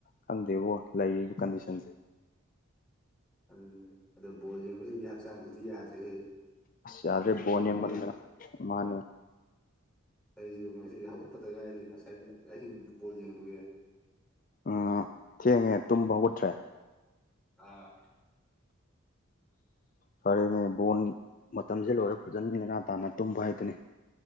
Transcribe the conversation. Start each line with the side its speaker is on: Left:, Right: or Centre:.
Left: ꯈꯪꯗꯦꯕꯣ ꯂꯩꯔꯤꯕ ꯀꯟꯗꯤꯁꯟꯁꯦ
Centre: ꯑꯗꯨꯅꯤꯅꯦ ꯑꯗꯣ ꯕꯣꯜ ꯌꯦꯡꯕꯁꯤꯗꯤ ꯍꯛꯆꯥꯡꯁꯤꯗꯤ ꯌꯥꯗ꯭ꯔꯦꯍꯦ
Left: ꯑꯁ ꯌꯥꯗ꯭ꯔꯦ
Centre: ꯇꯨꯝꯗꯕꯒ
Left: ꯕꯣꯜ ꯌꯦꯡꯃꯟꯗꯅꯥ ꯃꯥꯅꯦ
Centre: ꯑꯩꯖꯨ ꯉꯁꯤ ꯍꯧꯒꯠꯄꯗ ꯉꯥꯏꯗꯤ ꯉꯁꯥꯏ ꯑꯍꯤꯡ ꯐꯨꯠꯕꯣꯜ ꯌꯦꯡꯉꯝꯕꯒꯤ
Left: ꯑꯥ ꯊꯦꯡꯉꯦ ꯇꯨꯝꯕ ꯍꯧꯒꯠꯇ꯭ꯔꯦ
Centre: ꯑꯥ
Left: ꯐꯔꯦꯅꯦ ꯕꯣꯟ ꯃꯇꯝꯁꯦ ꯂꯣꯏꯔ ꯐꯖꯅ ꯅꯤꯅꯥ ꯇꯥꯅ ꯇꯨꯝꯕ ꯍꯥꯏꯗꯨꯅꯤ